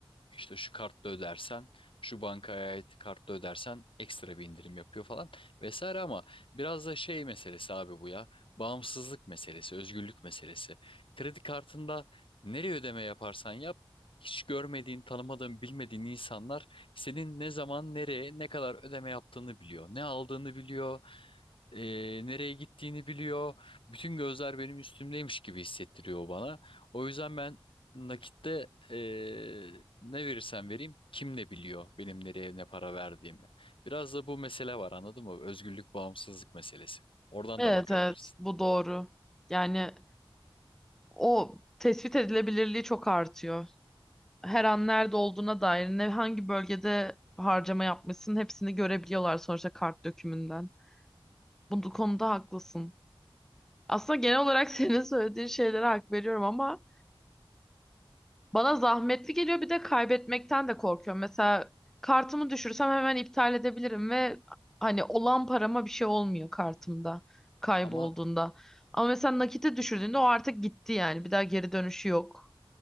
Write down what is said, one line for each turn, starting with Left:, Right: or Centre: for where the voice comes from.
Left: işte şu kartla ödersen, şu bankaya ait kartla ödersen ekstra bir indirim yapıyor falan vesaire ama biraz da şey meselesi abi bu ya. Bağımsızlık meselesi, özgürlük meselesi. Kredi kartında nereye ödeme yaparsan yap hiç görmediğin, tanımadığın, bilmediğin insanlar senin ne zaman, nereye, ne kadar ödeme yaptığını biliyor. Ne aldığını biliyor, e, nereye gittiğini biliyor. Bütün gözler benim üstümdeymiş gibi hissettiriyor o bana. O yüzden ben nakitte e, ne verirsem vereyim kim ne biliyor benim nereye ne para verdiğimi. Biraz da bu mesele var anladın mı? Özgürlük, bağımsızlık meselesi. Oradan
Centre: Evet
Left: da bakabilirsin.
Centre: evet bu doğru. Yani o tespit edilebilirliği çok artıyor. Her an nerede olduğuna dair ne hangi bölgede harcama yapmışsın hepsini görebiliyorlar sonuçta kart dökümünden. Bu konuda haklısın. Aslında genel olarak <laughs> senin söylediğin şeylere hak veriyorum ama Bana zahmetli geliyor bir de kaybetmekten de korkuyorum. Mesela kartımı düşürsem hemen iptal edebilirim ve hani olan parama bir şey olmuyor kartımda kaybolduğunda.
Left: Ama
Centre: Ama mesela nakite düşürdüğünde o artık gitti yani. Bir daha geri dönüşü yok.